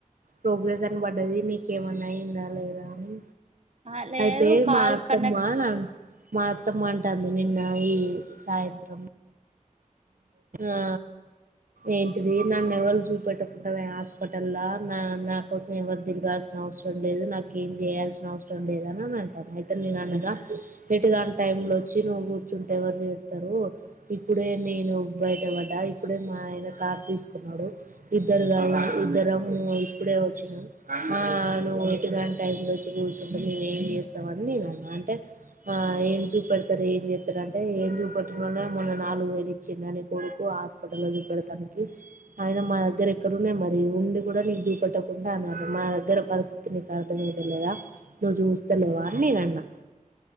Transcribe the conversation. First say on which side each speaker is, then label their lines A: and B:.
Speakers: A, on the right; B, on the right.
A: ప్రోగ్రెస్ అన పడ్డది, నీకేమన్నా అయందా లేదా అని
B: ఆ లేదు
A: అయితే
B: కాల్
A: మా అత్తమ్మా
B: కనెక్ట్
A: మ అత్తమ్మ అంటంది నిన్న ఈ సాయంత్రం ఆ ఏంటిది న్న నెవల్ చూపెట్టటుకుంట హాస్పటల్లా నా నా కుస తిరగాల్సిన అవసరం లేదు, నాకు ఏం చేయాల్సిన అవసరం లేదుని అని అంటాను, అయితే నేను అన్నలా ఎటుగాని టై లో వచ్చి నువ్వు కూర్చుంటే ఎవరు చేస్తారు ఇప్పుడే నేను బయట పడ్డా ఇప్పుడే మా ఆయన కార్ తీసుకున్నాడు, ఇద్దరు కావు ఇద్దర ఇప్పుడే వచ్చినం, నువ్వు ఇటుగాంట టైంలో వచ్చి కూూచకుంటే నేను ఏం చేస్తావ అని నేను అన్నా, అంటే ఏం చూపెడతారు ఏం చేస్తారు అంటే ఏం చూపెన మొన్న నాలుగు వేలు వచ్చి నీ కొడుకు హాస్పిటల్లో చూపెడతానికి ఆయన మా దగ్గర ఎక్కడన్నాయి మరి ఉండి కూడా నీకు చూపెట్టకుండా అన్నారు, మా దగ్గర పరిస్థితి నీకు అర్థమద లేదా నువ్వు చూస్తలేవా అని నేను అన్నా